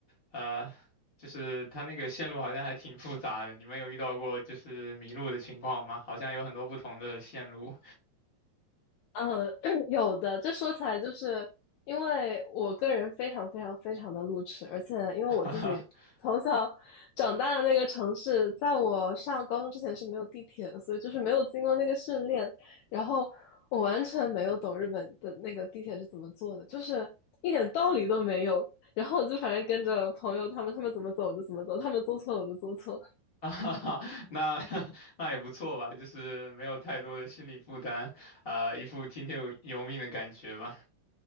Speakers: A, on the left; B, on the left.
A: 呃，就是它那个线路好像还挺复杂的。你们有遇到过就是迷路的情况吗？好像有很多不同的线路。
B: 嗯，<clears throat> 有的，这说起来就是因为我个人非常非常非常的路痴，而且因为我自己
A: <laughs>
B: 从小长大的那个城市，在我上高中之前是没有地铁的，所以就是没有经过那个训练，然后我完全没有懂日本的那个地铁是怎么坐的，就是一点道理都没有。然后我就反正跟着朋友他们，他们怎么走我就怎么走，他们做错了我就做错。
A: 哈哈，<laughs> 那 <laughs> 那也不错吧，就是没有太多的心理负担，呃，一副听天由由命的感觉吧。